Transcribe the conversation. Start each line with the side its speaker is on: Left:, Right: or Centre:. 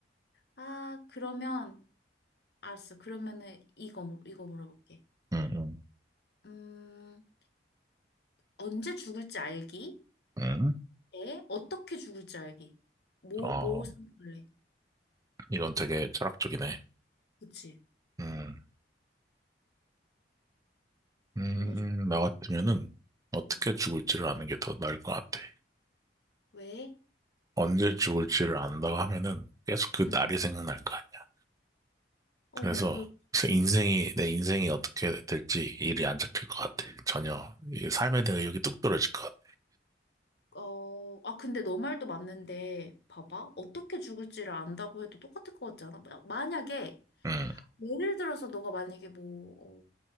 Left: 아, 그러면, 알았어. 그러면은 이거, 물- 이거 물어볼게.
Right: 음, 음,
Left: 음, 언제 죽을지 알기?
Right: 음.
Left: 에? 어떻게 죽을지 알기? 뭐,
Right: 어,
Left: 뭐 선택할래?
Right: 이건 되게 철학적이네.
Left: 그치?
Right: 음, 음,
Left: 뭐가 좋을까?
Right: 나 같으면은 어떻게
Left: 응.
Right: 죽을지를 아는 게 더 나을 것 같아.
Left: 왜?
Right: 언제 죽을지를 안다고 하면은 계속 그
Left: 응
Right: 날이 생각날 거 아니야.
Left: 어,
Right: 그래서
Left: 그렇지.
Right: 인생이, 내 인생이 어떻게 될지 일이 안 잡힐 것 같아. 전혀. 이 삶에 대한 의욕이 뚝 떨어질 것 같아.
Left: 어, 아, 근데 너 말도 맞는데, 봐봐. 어떻게 죽을지를 안다고 해도 똑같을 것 같지 않아? 마- 만약에,
Right: 음,
Left: 예를 들어서 너가 만약에 뭐, 어,